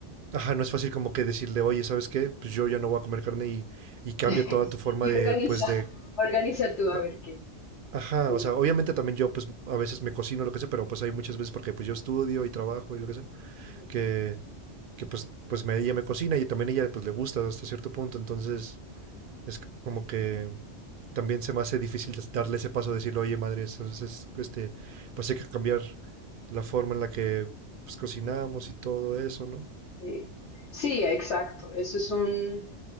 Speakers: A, on the right; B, on the left.
A: Ajá, no es fácil como que decirle, oye, ¿sabes qué? Pues yo ya no voy a comer carne y, y cambia
B: <laughs>
A: toda tu forma
B: Y
A: de,
B: organiza,
A: pues de...
B: organiza tú a
A: a-
B: ver qué.
A: Ajá,
B: Sí.
A: o sea, obviamente también yo pues a veces me cocino lo que sea, pero pues hay muchas veces porque pues yo estudio y trabajo y lo que sea,
B: Ujú.
A: que, que pues, pues me, ella me cocina y también ella pues le gusta hasta cierto punto, entonces es como que también se me hace difícil des- darle ese paso de decirle, oye, madre, entonces este, pues hay que cambiar la forma en la que pues cocinamos y todo eso, ¿no?
B: Sí, Sí, exacto. Eso es un,